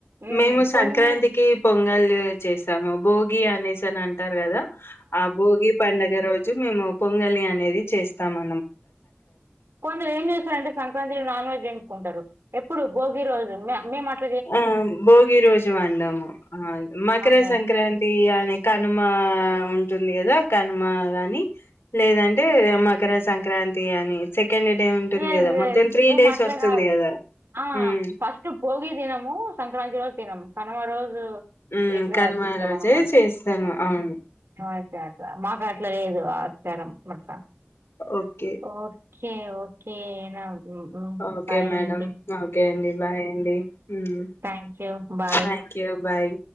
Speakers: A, on the right; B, on the left.
A: ఉమ్,
B: మేము సంక్రాంతికి
A: కొన్ని
B: పొంగల్ చేస్తాము భోగి అనేసి అని అంటారు కదా ఆ భోగి పండుగ రోజు మేము పొంగలి అనేది చేస్తాము
A: కొందరు ఏం చేస్తారంటే సంక్రాంతికి నాన్ వెజ్ ఎంచుకుంటరు ఎప్పుడు భోగి రోజు మ మేమట్
B: ఆ భోగి రోజు వండాం ఆ మకర
A: మేము
B: సంక్రాంతి అని కనుమ ఉంటుంది కదా కనుమ గాని లేదంటే మకర సంక్రాంతి అని సెకండ్ డే ఉంటుంది
A: లేదు
B: కదా
A: లేదు
B: మొత్తం త్రీ
A: మేం
B: డేస్
A: అట్లా
B: వస్తుంది
A: కాదు
B: కదా
A: ఆ
B: ఉమ్
A: ఫస్ట్ భోగి దినమ్ ము సంక్రాంతి రోజు దినం కనమ రోజు
B: హుమ్మ్
A: ఇట్లా
B: కనుమరోజే
A: చేస్తాం అన్నమాట
B: చేస్తాము
A: హ్మ్.
B: అవును
A: అట్లా అట్లా మాకు లేదు ఆచారం అట్లా
B: ఓకే
A: ఓకే ఓకే నా
B: ఓకే
A: బాయ్
B: మేడం
A: అండి
B: ఓకే అండి బాయ్ అండి హ్మ్మ్
A: thank you bye
B: thank you bye